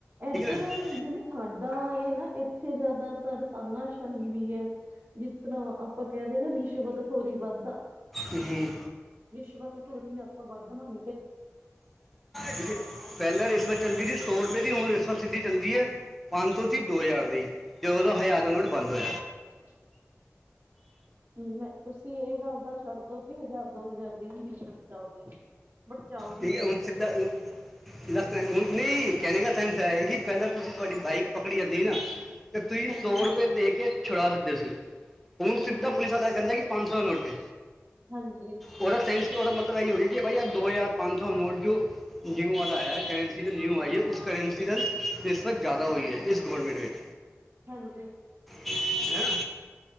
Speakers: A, on the right; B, in the centre.
A: ਐਧਰ
B: ਨਾ
A: ਜੇੜੇ ਸਾਡਾ ਏ ਨਾ ਏਥੇ ਜੈਦਾਤਰ ਤਾਨਾਸ਼ਾਹੀ ਵੀ ਏ। ਜਿਸ ਤਰ੍ਹਾਂ ਆਪਾਂ ਕੈਦੇ ਨਾ ਰਿਸ਼ਵਤ ਖੋਰੀ ਵੱਧ ਆ।
B: ਉਂ।
A: ਰਿਸ਼ਵਤਖੋਰੀ ਆਪਾਂ ਵੱਧ ਮਾਣ
B: ਠੀਕ ਪਹਿਲਾਂ ਰਿਸ਼ਵਤ ਚੱਲਦੀ ਸੀ ਸੌ ਰੁਪਏ ਦੀ। ਹੁਣ ਰਿਸ਼ਵਤ ਸਿੱਧੀ ਚੱਲਦੀ ਹੈ। ਪੰਜ ਸੌ ਸੀ ਦੋ ਹਜ਼ਾਰ ਦੀ। ਜਦੋਂ ਤੋਂ ਹਜ਼ਾਰ ਦਾ ਨੋਟ ਬੰਦ ਹੋਇਆ।
A: <inaudible> ਹਮ ਹਾਂ, ਮੈਂ ਤੁਸੀਂ ਇਹ ਗੱਲ ਤਾਂ ਛੱਡ ਦੋ ਕਿ ਹਜ਼ਾਰ, ਦੋ ਹਜ਼ਾਰ ਦੀ ਹੀ ਰਿਸ਼ਵਤ ਚਲਦੀ। ਬਟ ਚਲਦੀ
B: ਠੀਕ ਏ, ਹੁਣ ਸਿੱਦਾ ਏ ਲਕੇ ਹੁਣ ਨਹੀਂ, ਕੈਨੇ ਕਾ ਸੈਨਸ ਐ ਏ, ਕਿ ਪੈਲਾਂ ਤੁਸੀਂ ਤੁਹਾਡੀ ਬਾਈਕ ਪਕੜੀ ਜਾਂਦੀ ਹੀ ਨਾ ਤੇ ਤੁਸੀਂ
A: ਹਾਂਜੀ
B: ਸੌ ਰੁਪਏ ਦੇ ਕੇ ਛੁਡਾ ਸਕਦੇ ਸੀ। ਹੁਣ,
A: ਹਾਂਜੀ
B: ਸਿੱਧਾ ਪੁਲਿਸ ਆਲਾ ਐ ਕੈੰਦਾ ਏ ਕਿ ਪੰਜ ਸੌ ਦਾ ਨੋਟ ਦੇ।
A: ਹਾਂਜੀ।
B: ਔਤ ਸੈਂਸ ਔਰ ਮਤਲਬ ਇਹਹੀ ਹੋਹੀ ਹੈ ਕਿ ਭਈ ਯ ਦੋ ਹਜ਼ਾਰ ਪੰਜ ਸੌ ਨੋਟ ਦੋ ਨਿਊ ਵਾਲਾ ਹੈ ਕਰੰਸੀ, ਜੋ ਨਿਊ ਆਈ ਹੈ ਉਸ ਕਰੰਸੀ ਦਾ ਰਿਸ਼ਵਤ ਜ਼ਿਆਦਾ ਹੋਈ ਹੈ। ਇਸ ਗੌਰਮੈਂਟ ਵਿੱਚ।
A: ਹਾਂਜੀ।
B: ਹੈ,